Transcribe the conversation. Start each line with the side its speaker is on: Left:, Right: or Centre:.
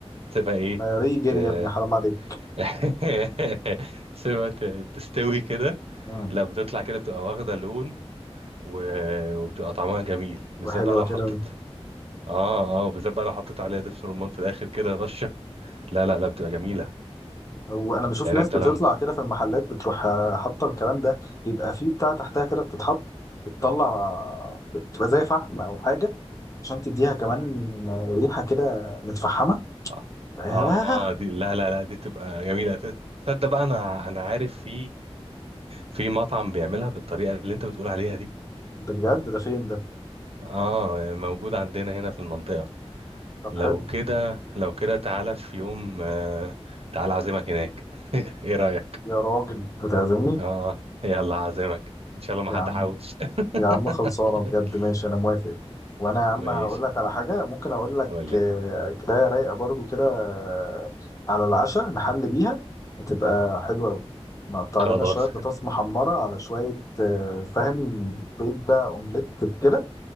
Right: تسيبها ايه
Left: ما ري جري
Right: ت-
Left: يا ابني حرام عليك
Right: <laughs> تسيبها ت- تستوي كده
Left: مم.
Right: لا بتطلع كده بتبقى واخده لون و... وبتبقى طعمها جميل بالذات
Left: وحلوه
Right: بقى لو حطيت
Left: كده
Right: اه اه وبالذات بقى لو حطيت عليها دبس رمان في الاخر كده رشه لا لا لا بتبقى جميله
Left: وانا بشوف
Right: يعني
Left: ناس
Right: انت
Left: بتطلع
Right: لو
Left: كده في المحلات بتروح آه، حاطه الكلام ده بيبقى فيه بتاع تحتها كده بتتحط بتطلع آه، بتبقى زي فحم او حاجه عشان تديها كمان
Right: اه
Left: آه، ريحه كده متفحمه
Right: اه,
Left: آه
Right: آه دي لا لا لا دي بتبقى جميله ت- تصدق بقى انا انا عارف في في مطعم بيعملها بالطريقه اللي انت بتقول عليها دي
Left: ده بجد ده فين ده
Right: اه موجود عندنا هنا في المنطقه
Left: طب
Right: لو
Left: حلو
Right: كده لو كده تعالى في يوم آه تعالى اعزمك هناك <laughs> ايه رايك
Left: يا راجل بتعزمني
Right: اه يلا اعزمك ان شاء الله ما
Left: يا
Right: حد
Left: عم
Right: حوش
Left: يا عم خلصانه
Right: <laughs>
Left: بجد ماشي انا موافق وانا يا عم
Right: ماشي
Left: هقول لك على حاجه ممكن اقول لك
Right: ولا
Left: آه، كفايه رايقه برضو كده آه، على العشاء نحل بيها هتبقى حلوه قوي نقطع
Right: خلاص
Left: لنا شويه بطاطس محمره على شويه آه، فاهم بيض بقى اومليت كده